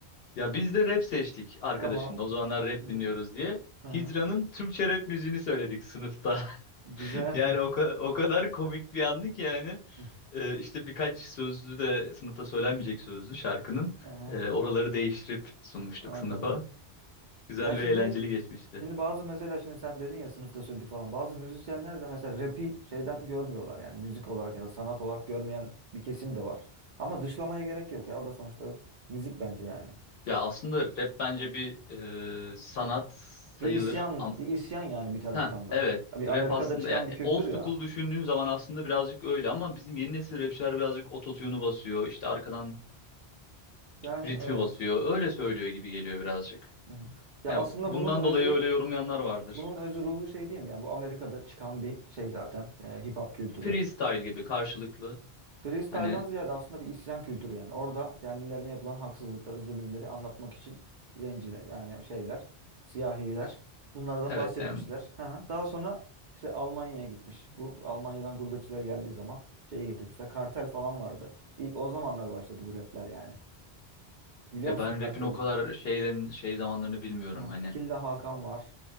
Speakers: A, on the left; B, on the right.
A: Ya biz de rap seçtik arkadaşımla.
B: Tamam.
A: O zamanlar rap
B: Hı hı.
A: dinliyoruz diye.
B: Hı hı.
A: Hidra'nın Türkçe rap müziğini söyledik sınıfta.
B: Güzel.
A: <laughs> Yani o, ka- o kadar komik bir andı ki yani.
B: <laughs>
A: Ee, işte birkaç sözlü de sınıfta söylenmeyecek sözlü şarkının.
B: Hı hı.
A: e, oraları değiştirip sunmuştuk
B: Anladım.
A: sınıfa. Güzel
B: Ya şimdi
A: ve eğlenceli geçmişti.
B: Şimdi bazı mesela şimdi sen dedin ya sınıfta söyledik falan. Bazı müzisyenler de mesela rap'i şeyden görmüyorlar. Yani müzik olarak ya da sanat olarak görmeyen bir kesim de var. Ama dışlamaya gerek yok ya. O da sonuçta müzik bence yani.
A: Ya aslında rap bence bir e, sanat sayılır.
B: Bir isyan,
A: Ama,
B: bir isyan yani bir taraftan
A: ha
B: da.
A: evet
B: Bir
A: rap
B: Amerika'da
A: aslında
B: çıkan
A: ya,
B: bir
A: e,
B: kültür
A: old school
B: ya.
A: düşündüğün zaman aslında birazcık öyle ama bizim yeni nesil rapçiler birazcık ototune'u basıyor. İşte arkadan
B: Yani
A: ritmi
B: evet.
A: basıyor. Öyle söylüyor gibi geliyor birazcık.
B: Hı hı. Ya
A: Ya
B: aslında
A: bundan
B: bunun özü,
A: dolayı öyle yorumlayanlar vardır.
B: bunun özü ruhu şey diyeyim ya. Bu Amerika'da çıkan bir şey zaten. e, hip hop kültürü.
A: Freestyle gibi karşılıklı.
B: Freestyle'dan
A: Hani
B: ziyade aslında bir isyan kültürü yani. Orada kendilerine yapılan haksızlıkları, zulümleri anlatmak için zenciler yani şeyler, siyahiler bunlardan
A: evet
B: bahsetmişler.
A: em,
B: Hı hı. Daha sonra işte Almanya'ya gitmiş. Bu Almanya'dan gurbetçiler geldiği zaman şeyi getirmişler. Kartel falan vardı. İlk o zamanlar başladı bu rapler yani. Biliyor
A: ya
B: musun
A: ben
B: karteli?
A: rap'in o kadar şeylerin şey zamanlarını bilmiyorum
B: Hı
A: hani.
B: Killa Hakan var.